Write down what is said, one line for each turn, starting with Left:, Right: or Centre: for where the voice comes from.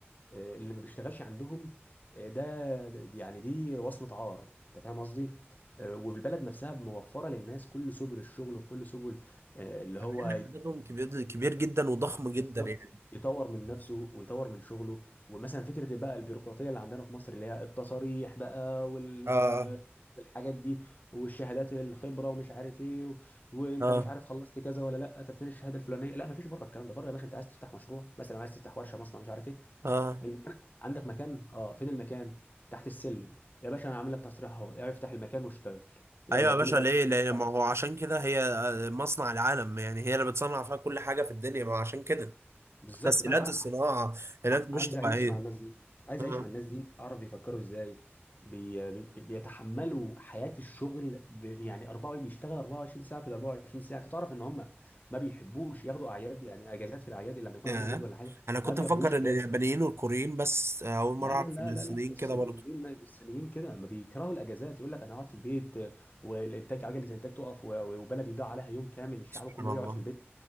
Left: آه، اللي ما بيشتغلش عندهم آه، ده ده- يعني دي وصمة عار انت فاهم قصدي آه، والبلد نفسها موفرة للناس كل سبل الشغل وكل سبل آه، اللي هو
Right: مع إن عددهم كبير كبير جدا وضخم جدا
Left: بالظبط
Right: يعني
Left: يطور من نفسه ويطور من شغله ومثلا فكره بقى البيروقراطيه اللي عندنا في مصر اللي هي التصاريح بقى وال
Right: اه
Left: <laughs> والحاجات دي والشهادات الخبره ومش عارف ايه و... وانت
Right: اه
Left: مش عارف خلصت كذا ولا لا طب فين الشهاده الفلانيه لا ما فيش بره الكلام ده بره يا باشا انت عايز تفتح مشروع مثلا عايز تفتح ورشه مصنع مش عارف ايه
Right: اه
Left: المكان عندك مكان اه فين المكان تحت السلم يا باشا انا عامل لك تصريح اهو افتح المكان واشتغل يلا
Right: ايوه
Left: اديني
Right: يا باشا
Left: بقى
Right: ليه
Left: الانتاج
Right: ليه
Left: بتاعك
Right: ما هو عشان كده هي آه، مصنع العالم يعني هي اللي بتصنع فيها كل حاجة في الدنيا ما هو عشان كده
Left: بالظبط
Right: تسهيلات
Left: فانا
Right: الصناعة هناك
Left: ع-
Right: مش
Left: عايز
Right: طبيعية
Left: اعيش مع الناس دي عايز
Right: اه
Left: اعيش مع الناس دي اعرف بيفكروا ازاي بي... بي... بيتحملوا حياة الشغل ب... يعني 4 بيشتغل 24 ساعة في ال 24 ساعة انت تعرف ان هم ما بيحبوش ياخدوا اعياد يعني اجازات في الاعياد اللي لما يكون
Right: يا.
Left: عندهم عيد ولا حاجة
Right: أنا كنت
Left: ما بياخدوش
Right: أفكر
Left: اجازة
Right: إن اليابانيين والكوريين بس آه، أول مرة
Left: لا
Right: أعرف
Left: لا لا
Right: إن الصينيين
Left: لا لا الصينيين
Right: كده برضه
Left: الصينيين كده ما بيكرهوا الاجازات يقول لك انا هقعد في البيت والانتاج عجلة الانتاج تقف و- وبلدي ضاع عليها يوم كامل الشعب
Right: سبحان
Left: كله
Right: الله
Left: يقعد في البيت